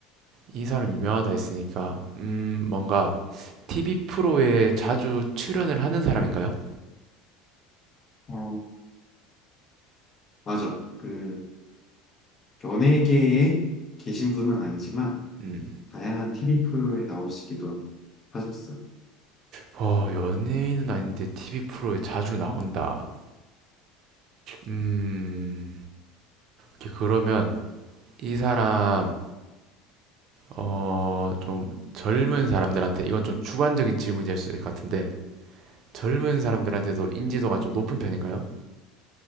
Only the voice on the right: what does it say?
이 사람 유명하다 했으니까 음, 뭔가 TV 프로에 자주 출연을 하는 사람인가요?
음.
어, 연예인은 아닌데 TV 프로에 자주 나온다. 음. 이렇게 그러면 이 사람 어 좀 젊은 사람들한테 이건 좀 주관적인 질문이 될 수 있을 것 같은데 젊은 사람들한테도 인지도가 좀 높은 편인가요?